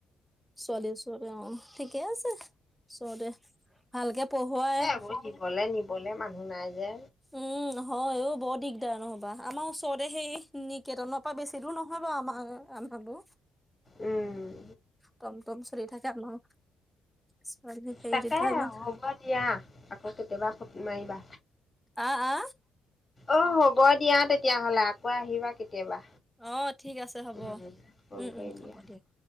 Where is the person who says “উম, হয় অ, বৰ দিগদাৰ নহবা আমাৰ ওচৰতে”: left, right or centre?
Centre